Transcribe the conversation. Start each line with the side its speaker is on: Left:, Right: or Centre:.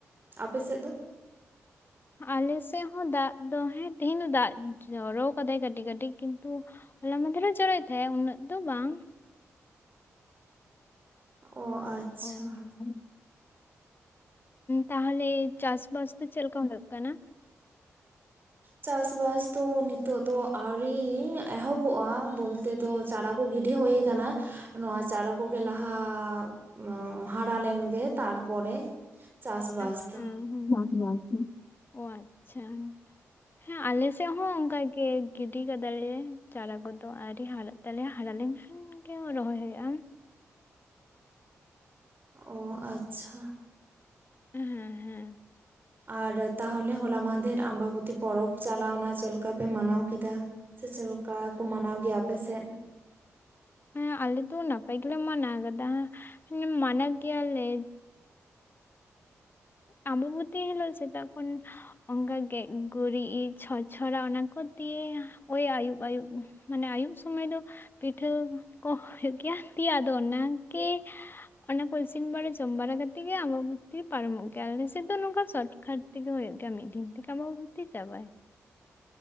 Right: ᱟᱯᱮ ᱥᱮᱫ ᱫᱚ?
Left: ᱟᱞᱮ ᱥᱮᱫ ᱦᱚᱸ ᱫᱟᱜ ᱫᱚ ᱦᱮᱸ ᱛᱮᱦᱮᱧ ᱫᱚ ᱫᱟᱜ ᱡᱚᱨᱚᱣ ᱠᱟᱫᱟᱭ ᱠᱟᱹᱴᱤᱡ ᱠᱟᱹᱴᱤᱡ ᱠᱤᱱᱛᱩ ᱦᱚᱞᱟ ᱢᱟᱫᱷᱮᱨᱮ ᱡᱚᱨᱚᱭᱮᱫ ᱛᱟᱦᱮᱸᱜ ᱩᱱᱟᱹᱜ ᱫᱚ ᱵᱟᱝ ᱾
Right: ᱚ ᱟᱪᱪᱷᱟ
Left: ᱚ <unintelligible> ᱛᱟᱦᱞᱮ ᱪᱟᱥᱵᱟᱥ ᱫᱚ ᱪᱮᱫ ᱞᱮᱠᱟ ᱦᱩᱭᱩᱜ ᱠᱟᱱᱟ?
Right: ᱪᱟᱥᱵᱟᱥ ᱫᱚ ᱱᱤᱛᱚᱜ ᱫᱚ ᱟᱹᱣᱨᱤ ᱮᱦᱚᱵᱚᱜᱼᱟ ᱵᱚᱞᱛᱮ ᱫᱚ ᱪᱟᱨᱟ ᱠᱚ ᱜᱤᱰᱤ ᱦᱩᱭ ᱟᱠᱟᱱᱟ, ᱱᱚᱣᱟ ᱪᱟᱨᱟ ᱠᱚᱜᱮ ᱞᱟᱦᱟᱻ ᱢᱢ ᱦᱟᱨᱟ ᱞᱮᱱ ᱜᱮ ᱛᱟᱨᱯᱚᱨᱮ ᱪᱟᱥ-ᱵᱟᱥ
Left: ᱦᱮᱸ,
Right: ᱫᱚ ᱾
Left: <unintelligible> ᱚ ᱟᱪᱪᱷᱟ ᱾ ᱦᱮᱸ ᱟᱞᱮ ᱥᱮᱫ ᱦᱚᱸ ᱚᱱᱠᱟ ᱜᱮ ᱜᱤᱰᱤ ᱠᱟᱫᱟ ᱞᱮ ᱪᱟᱨ ᱠᱚ ᱫᱚ ᱟᱹᱣᱨᱤ ᱦᱟᱨᱟᱜ ᱛᱟᱞᱮᱭᱟ ᱦᱟᱨᱟ ᱞᱮᱱ ᱠᱷᱟᱱ ᱜᱮ ᱨᱚᱦᱚᱭ ᱦᱩᱭᱭᱜᱼᱟ ᱾
Right: ᱚ ᱟᱪᱪᱷᱟ ᱾
Left: ᱦᱮᱸ ᱦᱮᱸ ᱾
Right: ᱟᱨ ᱛᱟᱦᱞᱮ ᱦᱚᱞᱟ ᱢᱟᱫᱷᱮᱨ, ᱟᱢᱵᱟᱵᱚᱛᱤ ᱯᱚᱨᱚᱵᱽ ᱪᱟᱞᱟᱣᱱᱟ ᱪᱮᱫ ᱞᱮᱠᱟ ᱯᱮ ᱢᱟᱱᱟᱣ ᱠᱮᱫᱟ? ᱥᱮ ᱪᱮᱫ ᱞᱮᱠᱟ ᱠᱚ ᱢᱟᱱᱟᱣ ᱜᱮᱭᱟ ᱟᱯᱮ ᱥᱮᱫ?
Left: ᱦᱮᱸ ᱟᱞᱮ ᱫᱚ ᱱᱟᱯᱟᱭ ᱜᱮᱞᱮ ᱢᱟᱱᱟᱣ ᱠᱟᱫᱟ ᱢᱟᱱᱟᱣ ᱜᱮᱭᱟ ᱞᱮ, ᱟᱢᱵᱟᱵᱚᱛᱤ ᱦᱤᱞᱚᱜ ᱥᱮᱛᱟᱜ ᱠᱷᱚᱱ ᱚᱱᱠᱟ ᱜᱮᱡ ᱜᱩᱨᱤᱡ ᱪᱷᱚᱪ ᱪᱷᱚᱨᱟ ᱚᱱᱟ ᱠᱚ ᱫᱤᱭᱮ ᱳᱭ ᱟᱹᱭᱩᱵ-ᱟᱹᱭᱩᱵ ᱾ ᱢᱟᱱᱮ ᱟᱹᱭᱩᱵ ᱥᱚᱢᱚᱭ ᱫᱚ ᱯᱤᱴᱷᱟᱹ ᱠᱚ ᱦᱩᱭᱩᱜ ᱜᱮᱭᱟ ᱛᱤ ᱟᱫᱚ ᱚᱱᱟᱜᱮ ᱚᱱᱟ ᱠᱚ ᱤᱥᱤᱱ ᱵᱟᱲᱟ ᱡᱚᱢ ᱵᱟᱲᱟ ᱠᱟᱛᱮ ᱜᱮ ᱟᱢᱵᱟᱵᱚᱛᱤ ᱛᱤ ᱯᱟᱨᱚᱢᱚᱜ ᱜᱮᱭᱟ ᱟᱞᱮ ᱥᱮᱫ ᱫᱚ ᱱᱚᱝᱠᱟ ᱥᱚᱴ ᱠᱷᱟᱴ ᱛᱮᱜᱮ ᱦᱩᱭᱩᱜ ᱜᱮᱭᱟ ᱢᱤᱫ ᱫᱤᱱ ᱛᱮ ᱜᱮ ᱟᱢᱵᱟᱵᱚᱛᱤ ᱪᱟᱵᱟᱭ ᱾